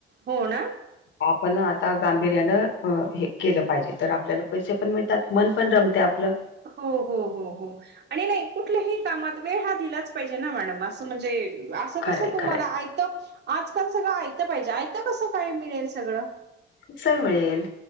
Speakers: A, on the right; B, on the left.
A: हो ना.
B: आपण आता गांभीर्यानं हे केलं पाहिजे, तर आपल्याला पैसे पण मिळतील त्यात मन पण रमतय आपलं
A: हो- हो- हो -हो आणि नाही, कुठल्याही कामात वेळ हा दिलाच पाहिजे ना, मॅडम असं म्हणजे
B: खरंय
A: कस तुम्हाला
B: खरंय
A: आज काल, तुम्हाला सगळं आयत पाहिजे आयत कसं काय मिळेल सगळं
B: कस मिळेल.....